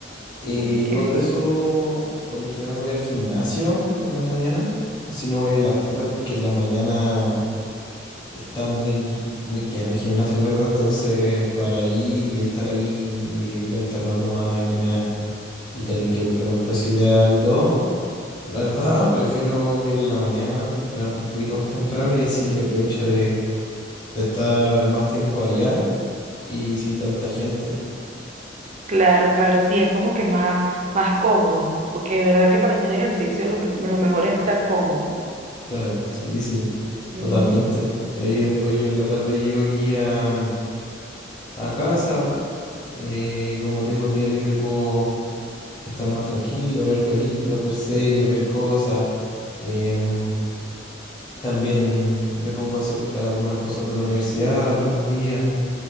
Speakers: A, on the left (about 25°); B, on the right (about 40°).
A: Y
B: Ok,
A: luego de eso, por lo general voy al gimnasio en las mañanas. Así no voy en las tardes porque en las mañanas está muy, muy lleno el gimnasio, la verdad. Entonces, para ir y estar ahí y ir alternando máquinas y tener que buscar un peso ideal y todo. La verdad, <laughs> prefiero ir en la mañana, me levanto un poquito más temprano y así aprovecho de, de estar más tiempo allá y sin tanta gente.
B: claro, claro, sí, es como que más, más cómodo, porque de verdad que para hacer ejercicio lo, me- lo mejor es estar cómodo.
A: Claro, sí, sí,
B: Sí.
A: totalmente. Y ahí después yo en la tarde llego aquí a, a casa, eh, y como tengo el día libre puedo estar más tranquilo, ver películas, ver series, ver cosas. Em, también me pongo a hacer algunas cosas de la universidad algunos días.